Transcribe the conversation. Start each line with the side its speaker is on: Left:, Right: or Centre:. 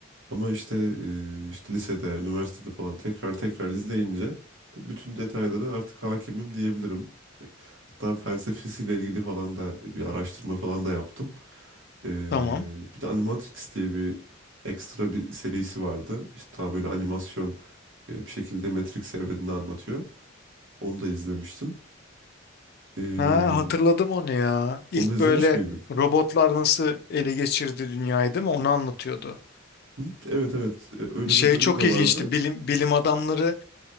Right: Ama işte e, işte lisede, üniversitede falan tekrar tekrar izleyince tabii bütün detayları artık hakimim diyebilirim. E, Hatta felsefesiyle ilgili falan da bir araştırma falan da yaptım. E,
Left: Tamam.
Right: bir de Animatrix diye bir ekstra bir serisi vardı. İşte daha böyle animasyon e, bir şekilde Matrix evrenini anlatıyor. Onu da izlemiştim. Ee,
Left: Ha, hatırladım onu ya.
Right: onu
Left: İlk
Right: da izlemiş
Left: böyle
Right: miydin?
Left: robotlar nasıl ele geçirdi dünyayı değil mi? Onu anlatıyordu.
Right: Hı? Evet evet Ee, öyle
Left: Şey
Right: bir bölümü
Left: çok
Right: de vardı.
Left: ilginçti. Bilim, bilim adamları